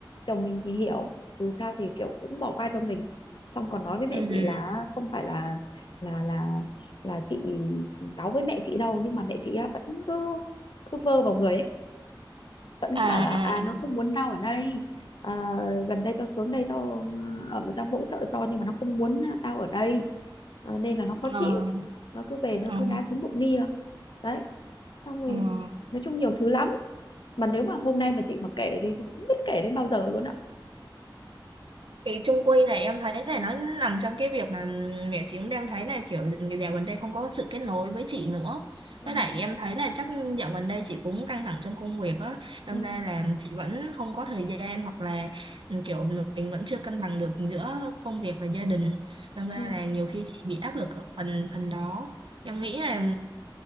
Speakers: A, on the left; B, on the right.
A: chồng mình thì hiểu dù sao thì kiểu cũng bỏ qua cho mình xong còn nói với mẹ
B: ừ
A: chị là không phải là là là là chị cáu với mẹ chị đâu nhưng mà mẹ chị á vẫn cứ cứ vơ vào người ấy vẫn
B: à
A: cứ bảo là à
B: à
A: nó không muốn tao ở đây Ờ, gần đây tao xuống đây tao ở tao hỗ trợ cho nhưng mà nó không muốn tao ở đây Ờ, nên là nó khó
B: à
A: chịu nó cứ về nó
B: à,
A: cứ
B: à,
A: đá thúng đụng nia đấy xong rồi
B: à.
A: nói chung nhiều thứ lắm mà nếu mà hôm nay mà chị mà kể thì chị không biết kể đến bao giờ luôn ạ
B: thì chung quy này em thấy này nó nằm trong cái việc là mẹ chị cũng đang thấy là kiểu dạo gần đây không có sự kết nối với chị nữa
A: ừ,
B: với lại em thấy là chắc dạo gần đây chị cũng căng thẳng trong công việc á
A: ừ,
B: đâm ra là chị vẫn không có thời gian hoặc là ừ, kiểu mình vẫn chưa cân bằng được giữa công việc và gia đình đâm ra
A: ừ.
B: là nhiều khi chị bị áp lực ở phần phần đó em nghĩ là ừ,